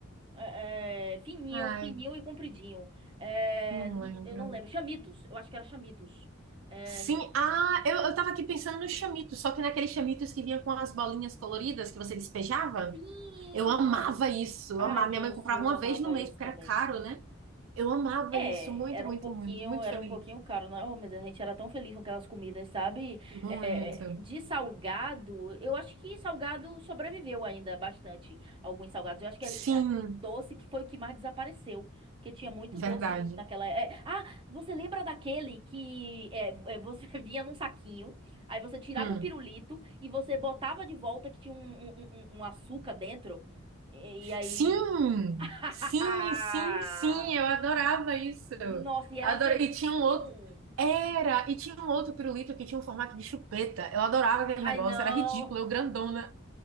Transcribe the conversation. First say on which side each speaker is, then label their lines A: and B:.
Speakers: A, on the right (about 25°); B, on the right (about 70°).
A: é, é, fininho,
B: Ai,
A: fininho e compridinho. É,
B: não
A: n-
B: lembro.
A: eu não lembro. Chamitos, eu acho que era Chamitos. É,
B: Sim, ah, eu, eu tava aqui pensando no chamitos, só que naqueles chamitos que vinha com as bolinhas coloridas que você despejava.
A: sim!
B: Eu amava isso, eu
A: Ai,
B: amava.
A: Deus,
B: Minha mãe comprava
A: eu
B: uma
A: amava
B: vez no mês,
A: esse
B: porque
A: também.
B: era caro, né? Eu amava
A: É,
B: isso muito,
A: era
B: muito,
A: um pouquinho,
B: muito, muito
A: era
B: feliz.
A: um pouquinho caro, né? Oh, meu a gente era tão feliz com aquelas comidas, sabe?
B: Muito.
A: É, de salgado, eu acho que salgado sobreviveu ainda bastante, alguns salgados. Eu acho que a-
B: Sim,
A: a- doce que foi o que mais desapareceu, porque tinha muito
B: verdade.
A: doce naquela. é, ah, você lembra daquele que é, é, você <laughs> vinha num saquinho, aí você tirava
B: Hum.
A: o pirulito e você botava de volta que tinha um, um um- um um açúcar dentro, e e aí.
B: Sim,
A: <laughs>
B: sim, sim, sim, eu adorava isso.
A: Nossa, e era
B: Adorava.
A: azedinho.
B: E tinha um outro. Era, e tinha um outro pirulito que tinha um formato de chupeta. Eu adorava aquele
A: Ai,
B: negócio,
A: não.
B: era ridículo, eu grandona.